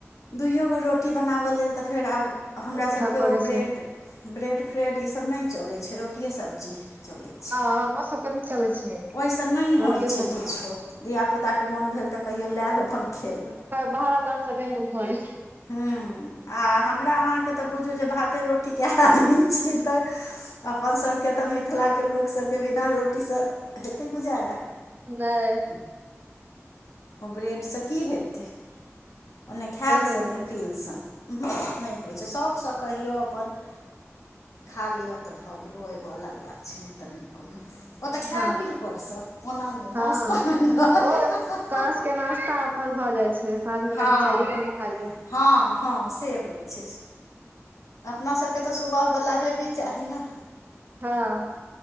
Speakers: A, on the left; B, on the right.
A: दुइओ गो रोटी बनाबय लेल तऽ फेर आब हमरासके
B: उठऽ पड़ै
A: ओ ब्रेड
B: छै
A: ब्रेड फ्रेड ईसब नहि चलै छै रोटि सबजी चलै छै
B: हँ हम स कहल चल छै
A: ओहिसँ नहि
B: रोटिये
A: होइ छै
B: सब्जी
A: किछो धियापुताके मोन भेल तऽ कहियो लायल अपन खेलक
B: बाहर जातैन थोड़
A: हँ आ हमरा अहाँके तऽ बुझू जे भाते रोटी कए आदमी छी तऽ अपन सभके तऽ मिथिलाके लोकसभके बिना रोटीसँ हेतै गुजारा
B: नहि
A: ओ ब्रेडसँ की हेतै ओ नहि खायल
B: होय
A: सन
B: बला
A: नहि
B: छै
A: पील सन नहि होइ छै शौखसँ कहियौ अपन खा लिअ तऽ भऽ गेलौ एगो अलग बात छै नहि तऽ नहि कोनो ओतय खायल
B: हँ
A: पीलए पड़स ओना नहि
B: हँ
A: नाश्तामे
B: हँ
A: नहि
B: ओ साँझ के नाास्ता अपन भऽ जाइ छै साँझ मे
A: हँ
B: कनि चायए तऽ नहि खा लियौ
A: हँ हँ से होइ छै अपना सबके तऽ सुबहवला हेबी चाही ने
B: हँ